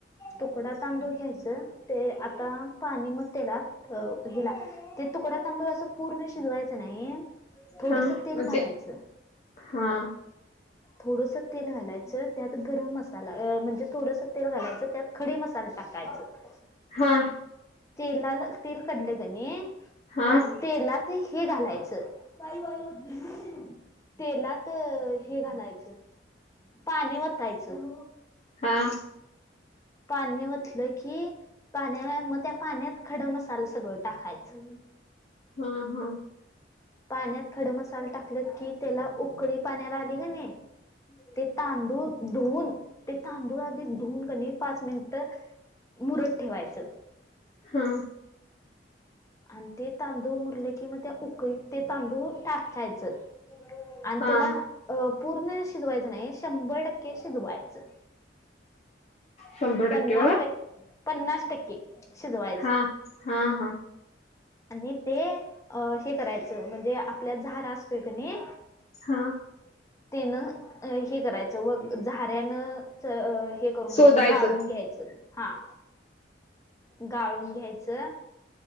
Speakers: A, on the left; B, on the left.
A: तुकडा तांदूळ घ्यायचं. ते आता पाणी मग त्याला अ हेला. ते तुकड्या तांदूळ असं, पूर्ण शिजवायचं नाही थोडस,
B: हा म्हणजे
A: तेल घालायचं
B: हा.
A: थोडस तेल घालायचं. त्यात गरम मसाला अ म्हणजे थोडसं तेल घालायचं. त्यात खडी मसाल टाकायचं.
B: हा.
A: तेलाल, तेल कढलं कनई
B: हा
A: त्या तेलात ते हे घालायचं. <unintelligible> तेलात तर हे घालायचं. पाणी वतायचं.
B: हा
A: पाणी वतलं की पाण्या मग त्या पाण्यात, खडं मसाल सगळं टाकायचं.
B: हा, हा.
A: पाण्यात खडं मसाल टाकलेत की, त्याला उकळी पाण्याला आली कीनइ ते तांदूळ धुवून. ते तांदूळ आधी धुऊन का नाही, पाच मिनिटं मुरत ठेवायचं.
B: हा.
A: आणि ते तांदूळ मुरलं कि, मग त्या उकळीत ते तांदूळ टाकायचं. आन
B: हा
A: त्याला अ पूर्ण शिजवायचं नाही. शंभर टक्के शिजवायचं.
B: शंभर
A: पन्नास
B: टक्के होय
A: टके- पन्नास टक्के. शिजवायचं
B: हा. हा, हा.
A: आणि ते, अ हे करायचं. म्हणजे आपल्यात झारा असतोय कनइ
B: हा.
A: तेन हे करायचं. व झाऱ्यान च अ हे करून घ्यायचं.
B: शोधायचं
A: गाळून घ्यायचं, हा. गाळून घ्यायचं